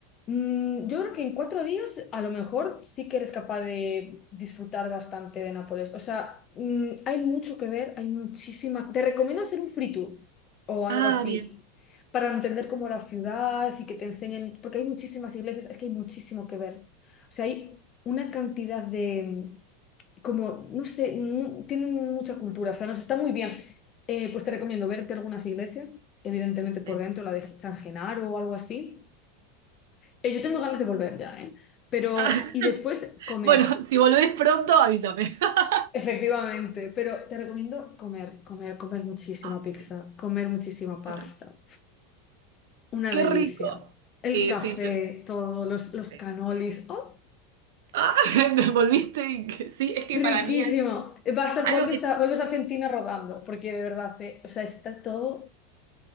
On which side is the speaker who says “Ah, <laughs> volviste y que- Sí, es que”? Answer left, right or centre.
Right